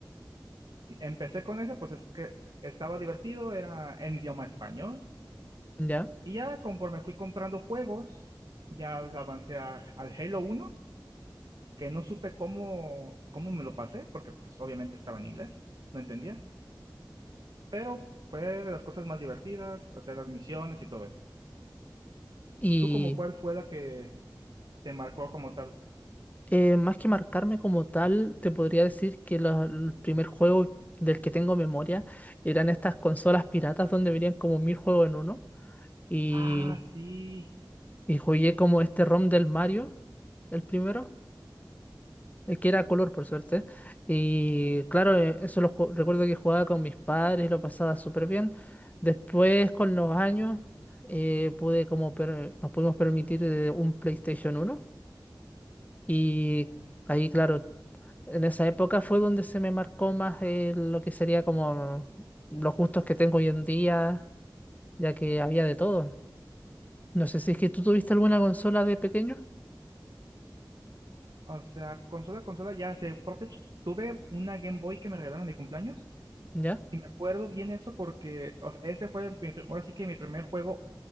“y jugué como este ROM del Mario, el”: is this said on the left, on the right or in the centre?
Left